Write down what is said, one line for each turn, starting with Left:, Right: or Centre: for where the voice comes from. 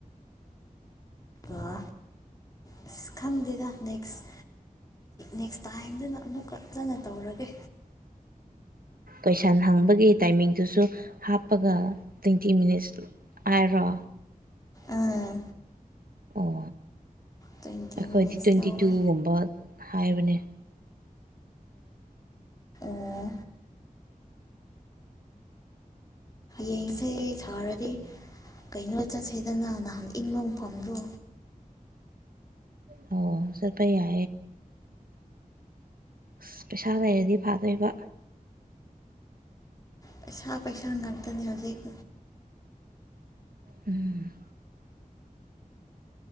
Left: ꯑꯗꯨꯒ ꯑ ꯈꯪꯗꯦꯗ ꯅꯦꯛꯁ ꯅꯦꯛꯁ ꯇꯥꯏꯝꯗꯨꯅ ꯑꯃꯨꯛꯀꯖꯅ ꯇꯧꯔꯒꯦ
Right: ꯀꯣꯏꯁꯟ ꯍꯪꯕꯒꯤ ꯇꯥꯏꯃꯤꯡꯗꯨꯁꯨ ꯍꯥꯞꯄꯒ ꯇ꯭ꯋꯦꯟꯇꯤ ꯃꯤꯅꯤꯠꯁ ꯍꯥꯏꯔꯣ
Left: ꯑꯥ
Right: ꯑꯣ
Left: ꯇ꯭ꯋꯦꯟꯇꯤ
Right: ꯑꯩꯈꯣꯏꯗꯤ
Left: ꯃꯤꯅꯤꯠꯁ
Right: ꯇ꯭ꯋꯦꯟꯇꯤ
Left: ꯂꯧꯋꯦ
Right: ꯇꯨꯒꯨꯝꯕ ꯍꯥꯏꯕꯅꯦ
Left: ꯑꯣ ꯌꯦꯡꯁꯦ ꯁꯥꯔꯗꯤ ꯀꯩꯅꯣ ꯆꯠꯁꯤꯦꯗꯅ ꯅꯍꯥꯟ ꯏꯪꯕ ꯃꯐꯝꯗꯣ
Right: ꯑꯣ ꯁꯄꯩꯑ ꯑꯁ ꯄꯩꯁꯥ ꯂꯩꯔꯗꯤ ꯐꯥꯗꯣꯏꯕ
Left: ꯄꯩꯁꯥ ꯄꯩꯁꯥ ꯉꯥꯛꯇꯅꯤ ꯍꯧꯖꯤꯛ
Right: ꯎꯝ